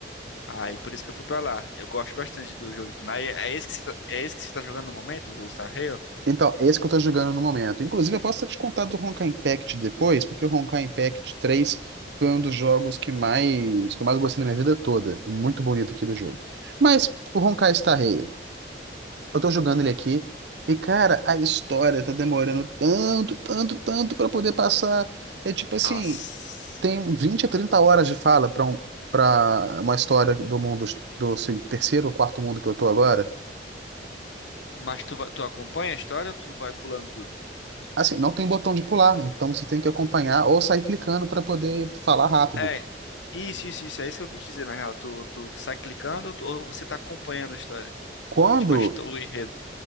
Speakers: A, on the left; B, on the right.
A: Aí por isso que eu fui pra lá. Eu gosto bastante do jogo de turno. Aí é esse que você tá, é esse que você tá jogando no momento, o Star Rail?
B: Então, é esse que eu tô jogando no momento. Inclusive, eu posso até te contar do Honkai Impact depois, porque o Honkai Impact três foi um dos jogos que mais, que eu mais gostei na minha vida toda. É Muito bonito aquele jogo. Mas o Honkai Star Rail, eu tô jogando ele aqui, e cara, a história tá demorando tanto, tanto, tanto pra poder passar. É tipo assim,
A: Ah, s-
B: tem 20 a 30 horas de fala pra um, para uma história do mundo do terceiro ou quarto mundo que eu tô agora.
A: mas tu, va- tu acompanha a história ou tu vai pulando tudo?
B: Assim, não tem botão de pular, então você tem que acompanhar ou sair clicando para poder falar rápido.
A: É, isso, isso, isso. É isso que eu quis dizer, na real. Tu, tu sai clicando ou tu- ou você tá acompanhando a história?
B: Quando,
A: Tipo, a histó- o enredo.